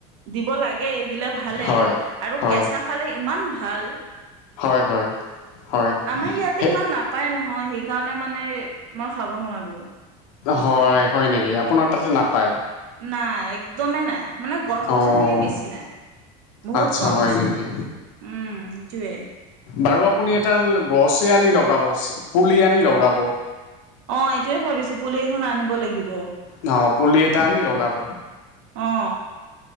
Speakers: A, on the right (about 70°); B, on the left (about 85°).
A: দিব লাগে দিলে ভালে
B: হয়
A: আৰু
B: হয়
A: কেঁচা খালে ইমান ভাল।
B: হয় হয় হয়।
A: আমাৰ ইয়াতে
B: সেই
A: ইমান নাপায় নহয় সেইকাৰণে মানে মই খাব নোৱাৰো।
B: হয় হয় নেকি আপোনাৰ তাতে নাপায়
A: নাই একদমেই নাই মানে গছ
B: অঁ
A: গছনিয়ে বেছি নাই। বহুত
B: আচ্ছা
A: কম
B: হয়
A: আছে
B: নেকি
A: উম সেইটোয়ে।
B: বাৰু আপুনি এডাল গছে আনি লগাব পুলি আনি লগাব।
A: অ এইটোয়ে ভাবিছো পুলি এখন আনিব লাগিব।
B: দাও পুলি এটা আনি লগাব।
A: অ